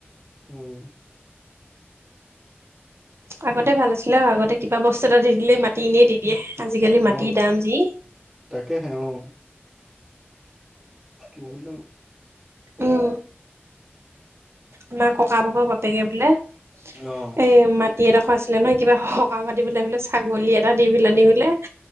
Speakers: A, in the centre; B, on the right.
A: উম।
B: আগতে ভাল আছিলে আৰু আগতে কিবা বস্তু এটা দি দিলেই মাতি এনেই দি দিয়ে। আজিকালি মাটিৰ
A: অ'
B: দাম যি।
A: তাকেহে অ' বহুত ন।
B: উম। আমাৰ ককা ভাগৰ বাপেকে বোলে এ
A: অ'
B: মাটি এডোখৰ আছিলে নহয় কিবা সকাহ পাতিবলে বোলে ছাগলী এটা দি পেলাই নি বোলে